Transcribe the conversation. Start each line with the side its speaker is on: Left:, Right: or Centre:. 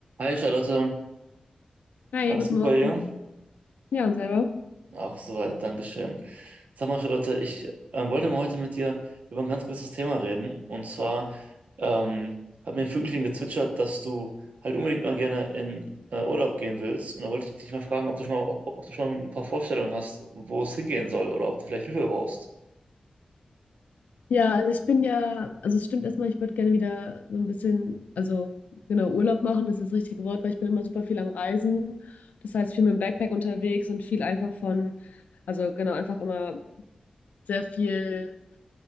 Right: Hi Charlotte,
Left: Hi,
Right: alles
Left: guten
Right: gut
Left: Morgen.
Right: bei dir?
Left: Ja, und selber?
Right: Auch soweit, Dankeschön. Sag mal Charlotte, ich äh, wollte mal heute mit dir über ein ganz gewisses Thema reden. Und zwar ähm, hat mir ein Vögelchen gezwitschert, dass du halt unbedingt mal gerne in äh, Urlaub gehen willst. Und da wollte ich dich mal fragen, ob du schon mal, ob, ob du schon ein paar Vorstellungen hast, wo es hingehen soll oder ob du vielleicht Hilfe brauchst.
Left: Ja, also ich bin ja, also es stimmt erstmal, ich würde gerne wieder so ein bisschen, also genau, Urlaub machen, das ist das richtige Wort, weil ich bin immer super viel am Reisen. Das heißt, viel mit dem Backpack unterwegs und viel einfach von, also genau, einfach immer sehr viel